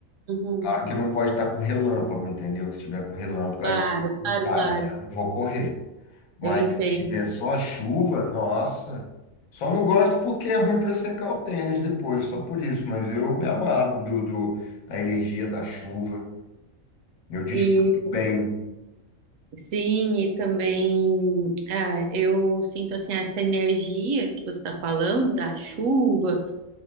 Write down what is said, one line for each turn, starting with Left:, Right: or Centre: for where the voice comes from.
Right: Uhum,
Left: Claro que não pode estar com relâmpago, entendeu? Que Se tiver com relâmpago,
Right: claro,
Left: aí eu
Right: claro,
Left: saio,
Right: claro.
Left: aí eu não vou correr. Mas
Right: Eu entendo.
Left: se tiver só chuva, nossa. Só não gosto porque é ruim para secar o tênis depois, só por isso. Mas eu me amarro do, do- da energia da chuva. Eu desfruto
Right: e
Left: bem.
Right: Sim, e também ah, eu sinto assim essa energia que você está falando da chuva